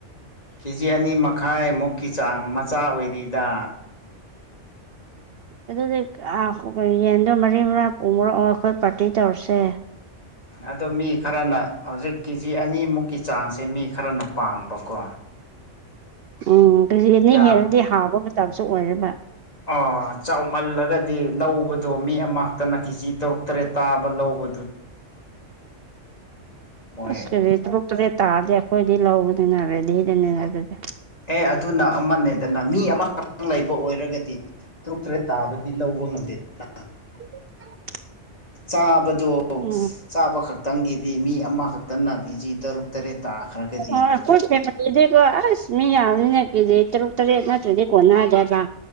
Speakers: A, on the left (about 30°); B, on the right (about 60°).
A: ꯀꯦꯖꯤ ꯑꯅꯤ ꯃꯈꯥꯏꯃꯨꯛꯀꯤ ꯆꯥꯡ ꯃꯆꯥ ꯑꯣꯏꯔꯤꯗ
B: ꯑꯗꯨꯗꯤ ꯑꯥ ꯔꯤ ꯌꯦꯟꯗꯣ ꯃꯔꯤ ꯃꯉꯥ ꯄꯨꯡ ꯃꯣꯔꯛ ꯑꯩꯈꯣꯏ ꯄꯥꯔꯇꯤ ꯇꯧꯔꯁꯦ
A: ꯑꯗꯣ ꯃꯤ ꯈꯔꯅ ꯍꯧꯖꯤꯛ ꯀꯦꯖꯤ ꯑꯅꯤꯃꯨꯛꯀꯤ ꯆꯥꯡꯁꯦ ꯃꯤ ꯈꯔꯅ ꯄꯥꯝꯕꯀꯣ
B: ꯎꯝ ꯀꯦꯖꯤ ꯑꯅꯤ
A: ꯌꯥꯝ
B: ꯍꯦꯜꯂꯗꯤ ꯍꯥꯎꯕ ꯃꯇꯝꯁꯨ ꯑꯣꯏꯔꯦꯕ
A: ꯑꯥ ꯆꯥꯎꯃꯜꯂꯒꯗꯤ ꯂꯧꯕ ꯗꯣ ꯃꯤ ꯑꯃꯈꯛꯛꯇꯅ ꯀꯦꯖꯤ ꯇꯔꯨꯛ ꯇꯔꯦꯠ ꯇꯥꯕ ꯂꯧꯕ ꯃꯣꯏ
B: ꯑꯁ ꯀꯦꯖꯤ ꯇ꯭ꯔꯨꯛ ꯇꯔꯦꯠ ꯇꯥꯔꯗꯤ ꯑꯈꯣꯢꯗꯤ ꯂꯧꯒꯅꯤ ꯅ ꯔꯦꯗꯤꯗꯅꯦ ꯑꯗꯨꯗꯤ <unintelligible>
A: ꯑꯦ ꯑꯗꯨꯅ ꯑꯃꯅꯦꯗꯅ ꯃꯤ ꯑꯃꯈꯛꯇꯪ ꯂꯩꯕ ꯑꯣꯏꯔꯒꯗꯤ ꯇꯔꯨꯛ ꯇꯔꯦꯠ ꯇꯥꯕꯗꯤ ꯂꯧꯕ ꯉꯝꯗꯦ ꯅꯥ
B: <inaudible>
A: ꯆꯥꯕꯗꯣ
B: ꯎꯝ
A: ꯆꯥꯕ ꯈꯛꯇꯪꯒꯤꯗꯤ ꯃꯤ ꯑꯃꯈꯛꯇꯅ ꯀꯦꯖꯤ ꯇꯔꯨꯛ ꯇꯔꯦꯠ ꯇꯥꯈ꯭ꯔꯒꯗꯤ
B: ꯑꯣ ꯑꯩꯈꯣꯏ ꯐꯦꯃꯤꯂꯤꯗꯤꯀꯣ ꯑꯁ ꯃꯤ ꯌꯥꯝꯃꯤ ꯀꯦꯖꯤ ꯇꯔꯨꯛ ꯇꯔꯦꯠ ꯅꯠꯇ꯭ꯔꯗꯤ ꯀꯣꯟꯅꯗꯦꯕ